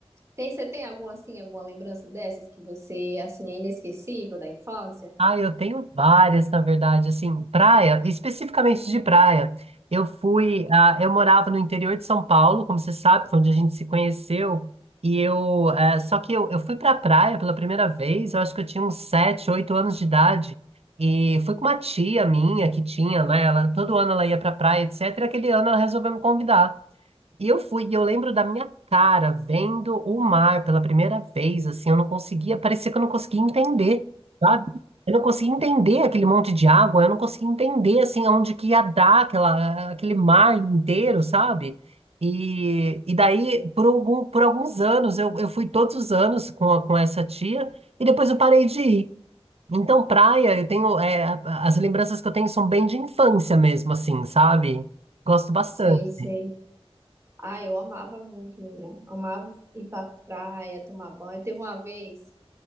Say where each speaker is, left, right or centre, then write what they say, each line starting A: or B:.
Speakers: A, on the right (about 25°); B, on the right (about 70°).
A: Tem, você tem alguma, assim, alguma lembrança dessas que você, assim, é inesquecível da infância?
B: Ah, eu tenho várias, na verdade, assim, praia, especificamente de praia. Eu fui, ah, eu morava no interior de São Paulo, como você sabe, foi onde a gente se conheceu, e eu, eh, só que eu, eu fui pra praia pela primeira vez, eu acho que eu tinha uns sete, oito anos de idade, e fui com uma tia minha que tinha, né, ela, todo ano ela ia pra praia, etc, e aquele ano ela resolveu me convidar. E eu fui, e eu lembro da minha cara vendo o mar pela primeira vez, assim, eu não conseguia, parecia que eu não conseguia entender, sabe? Eu não conseguia entender aquele monte de água, eu não conseguia entender, assim, aonde que ia dar aquela, aquele mar inteiro, sabe? E, e daí, por algum, por alguns anos, eu, eu fui todos os anos com, a- com essa tia, e depois eu parei de ir. Então, praia, eu tenho, é, a- as lembranças que eu tenho são bem de infância mesmo, assim, sabe? Gosto bastante.
A: Sei, sei. Ah, eu amava muito, menina. Amava ir pra praia, tomar banho. Teve uma vez